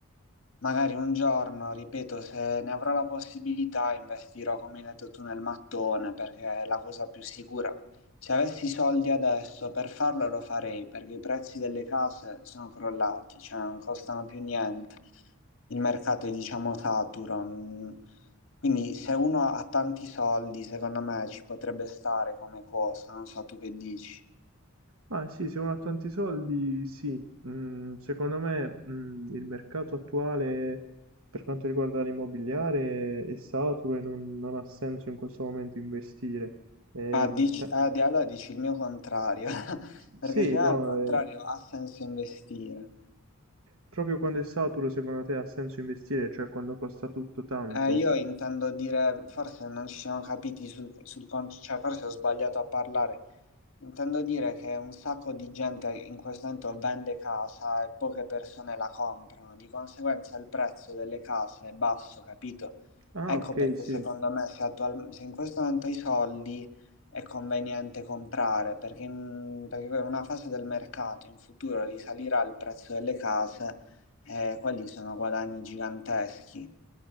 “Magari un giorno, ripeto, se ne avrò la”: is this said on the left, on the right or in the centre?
Left